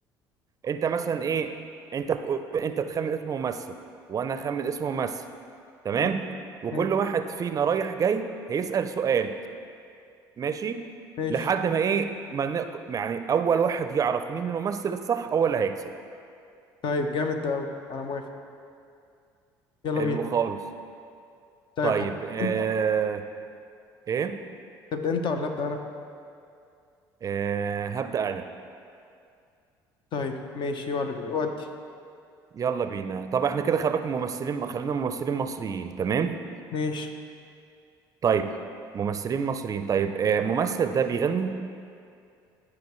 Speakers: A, on the right (about 35°); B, on the left (about 55°).
A: انت مثلا ايه انت تقول انت تخمن اسم ممثل وانا اخمن اسم ممثل تمام
B: ماشي
A: وكل
B: ماشي
A: واحد فينا رايح جاي هيسأل سؤال ماشي
B: ماشي
A: لحد ما ايه ما ن- يعني اول واحد يعرف مين الممثل الصح هو اللي هيكسب
B: طيب جامد ده قوي انا موافق يلا
A: حلو
B: بينا
A: خالص
B: طيب
A: طيب
B: ح-
A: آه...
B: انت
A: ايه
B: تبدأ انت ولا أبدأ انا
A: آه... هبدأ انا
B: طيب ماشي ور- ودي
A: يلا بينا طب احنا كده خلي بالك ممثلين خلينا ممثلين مصريين تمام
B: ماشي
A: طيب ممثلين مصريين طيب آه... الممثل ده بيغني